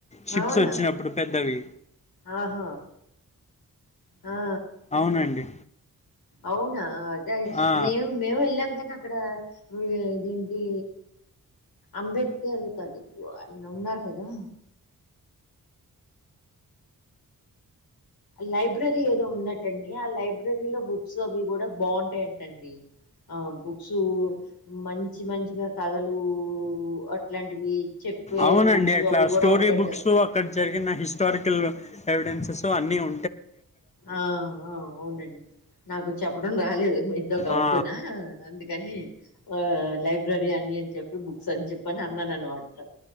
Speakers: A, on the left (about 20°); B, on the left (about 80°).
A: షిప్స్
B: అవునా
A: వచ్చినప్పుడు పెద్దవి
B: ఆహా ఆ
A: అవునండి
B: అవునా అదే
A: ఆ
B: నేన్ మేము వెళ్ళాం కానీ అక్కడ ఇదేంటి అంబేద్కర్ కదు వాయన ఉన్నారు కదా లైబ్రరీ ఏదో ఉండటండి ఆ లైబ్రరీలో బుక్స్ అవి కూడా బాగుంటాయంటండి ఆ బుక్స్ మంచి మంచిగా కథలు అట్లాంటివి చెప్పే
A: అవునండి
B: బుక్స్
A: అట్లా
B: అవి కూడా
A: స్టోరీ
B: ఉంటాయంట
A: బుక్స్ అక్కడ జరిగిన హిస్టారికల్ ఎవిడెన్సెస్ అన్ని ఉన్
B: ఆ అవునండి నాకు చెప్పడం రాలేదు మీతో గబుకున్నా
A: ఆ
B: అందుకని ఆ లైబ్రరీ అని చెప్పి బుక్స్ అని చెప్పని అన్నాను అనమాట